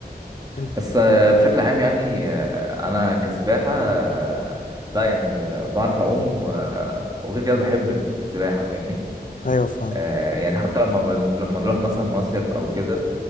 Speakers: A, on the left; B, on the right.
A: أنت-
B: بس آه بشكل عام يعني آه انا كسباحة آه لا يعني آه بعرف اعوم آه وغير كده بحب السباحة فاهمني
A: ايوه فاهم
B: آه يعني حتى لما بن... لما نروح مثلا مصيف او كده